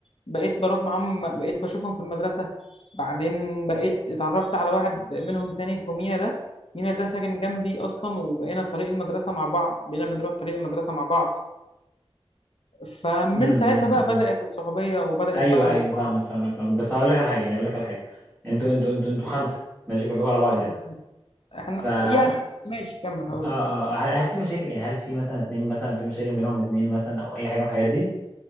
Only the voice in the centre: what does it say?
امم أمم،
أمم.
ايوه
ايوه
فاهمك فاهمك فاهمك بس هقول لك على حاجه يعني هقول لك على حاجه انتوا انتوا انتوا انتوا خمسه ماشي كلكم على بعض
يعني
ف اه
اه
آه، هل, هل في مشاكل يعني هل في مثلا اتنين مثلا في مشاكل بينهم اتنين مثلا او اي حاجه من الحاجات دي